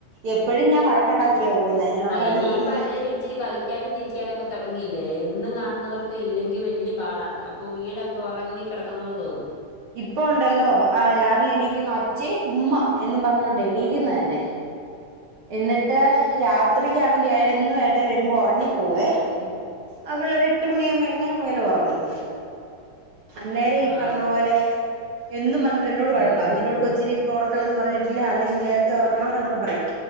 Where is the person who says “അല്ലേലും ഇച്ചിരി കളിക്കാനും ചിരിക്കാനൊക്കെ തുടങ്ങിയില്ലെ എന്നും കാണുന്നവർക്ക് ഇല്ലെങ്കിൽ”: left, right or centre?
Left